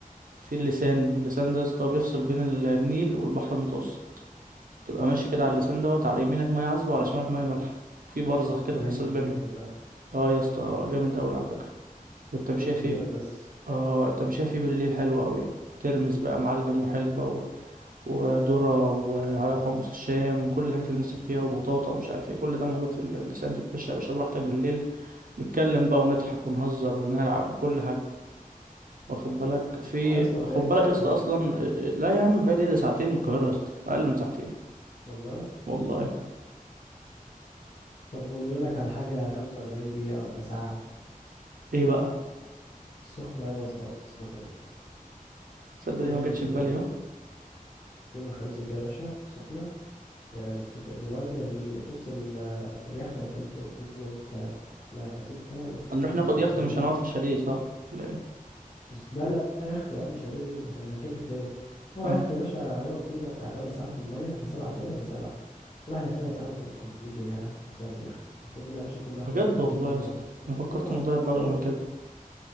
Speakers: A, on the right (about 70°); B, on the left (about 40°).
A: في اللسان اللسان ده يا اسطى بيفصل بين ال- النيل والبحر المتوسط تبقى ماشي كده على اللسان دوت على يمينك مية عذبة وعلى شمالك مية مالحة في برزخ كده
B: انا
A: فاصل
B: عايز اشوفه
A: بينهم
B: ده
A: اه يا اسطى جامد قوي على فكرة والتمشية
B: شفته
A: فيه
B: فيديوهات بس
A: اه طب شايفي بالليل حلو قوي ترمس بقى معلم وحلبة و... وذرة وحمص الشام وكل الحاجات اللي نفسك فيها وبطاطا ومش عارف ايه كل ده موجود في اللسان تتمشى يا باشا براحتك بالليل نتكلم بقى ونضحك ونهزر ونلعب وكل حاجة واخد بالك
B: ما
A: في
B: يا اسطى بعيد
A: خد بالك
B: قوي
A: يا اسطى
B: يا اسطى
A: اصلا آه، آه، لا يا عم فادي إيه ده ساعتين من القاهرة يا اسطى اقل من ساعتين
B: والله
A: والله
B: طب واللي يقول لك على حاجة 45 دقيقة ولا ساعة
A: ايه بقى
B: السخنة يابا صاد صدرت
A: تصدق
B: يوم
A: دي
B: الخميس
A: ما جتش في
B: الجاي
A: بالي اهو
B: يوم الخميس الجاي يا باشا سخنة يعني نتفق دلوقتي ال- بص ال- اليخت هيكلف له اتنين ونص تلاتة احنا ستة و-
A: هنروح
B: وممكن
A: ناخد يخت
B: نجيب
A: مش هنقعد في شاليه صح لا ايه
B: بس لا لا يا اختي يا عم شاليه مين احنا هنكلف ليه هو
A: اه
B: يا اختي يا باشا هيقعد بينا بتاع 8 ساعات في الميه احنا سبعه تقريبا احنا سبعه كل واحد فينا هيدفع له 400 500 جنيه على حسب سعر اليخت ناخد لنا يا باشا كل واحد
A: بجد
B: فينا كل
A: والله
B: اتنين
A: يا اسطى
B: يوم والله
A: انا فكرت
B: العظيم
A: الموضوع يبقى
B: مريح
A: اغلى من كده